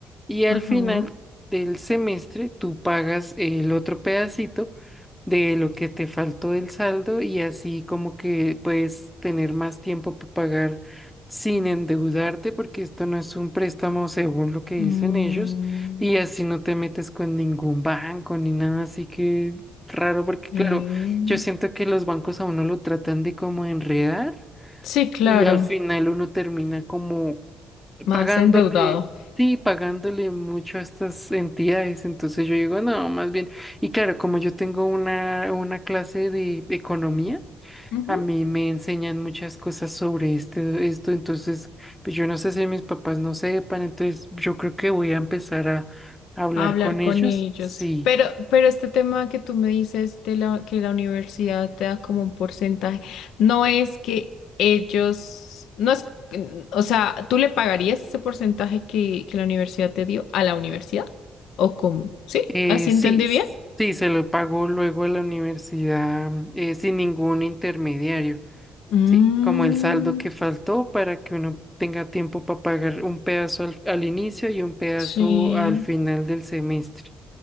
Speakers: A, in the centre; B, on the left.
A: Y al
B: ajá.
A: final del semestre tú pagas el otro pedacito de lo que te faltó del saldo y así como que puedes tener más tiempo para pagar sin endeudarte, porque esto no es un préstamo según lo que
B: Mm,
A: dicen ellos, y así no te metes con ningún banco ni nada, así que raro, porque
B: eh,
A: claro, yo siento que los bancos a uno lo tratan de como enredar
B: Sí, claro,
A: y al final uno termina como
B: más
A: pagándole.
B: endeudado.
A: Sí, pagándole mucho a estas entidades, entonces yo digo, no, más bien, y claro, como yo tengo una, una clase de economía,
B: Ujú,
A: a mí me enseñan muchas cosas sobre esto, esto, entonces, pues yo no sé si mis papás no sepan, entonces yo creo que voy a empezar a, a hablar
B: a Hablar
A: con
B: con
A: ellos.
B: ellos.
A: Sí,
B: Pero, pero este tema que tú me dices de la, que la universidad te da como un porcentaje, no es que ellos, no es, mm, o sea, ¿tú le pagarías ese porcentaje que, que la universidad te dio a la universidad? ¿O cómo? ¿Sí?
A: eh,
B: ¿Así entendí
A: sí, s-
B: bien?
A: sí, se lo pago luego a la universidad eh, sin ningún intermediario,
B: Mm,
A: sí, como el saldo que faltó para que uno tenga tiempo para pagar un pedazo al, al inicio y un pedazo
B: sí.
A: al final del semestre.